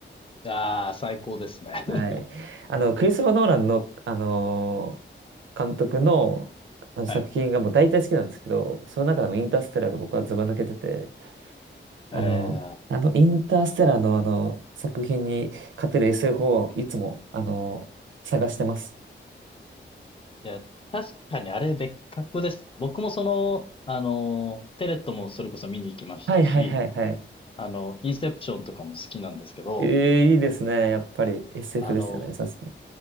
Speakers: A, on the left; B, on the right.
A: ああ、最高ですね。<laughs>
B: はい。あの、クリストファー・ノーランの、あのー監督の、あの作品がもう大体好きなんですけど、
A: はい。
B: その中でもインターステラーが僕はズバ抜けてて、あの、
A: ええ
B: あのインターステラーのあの作品に勝てる SF をいつも、あの探してます。
A: いや、確かにあれ別格ですね。僕もその、あの、テレットもそれこそ見に行きましたし、
B: はいはいはいはい。
A: あの、インセプションとかも好きなんですけど、
B: ええ、いいですね。やっぱり SF
A: あの、
B: ですよね。さすが。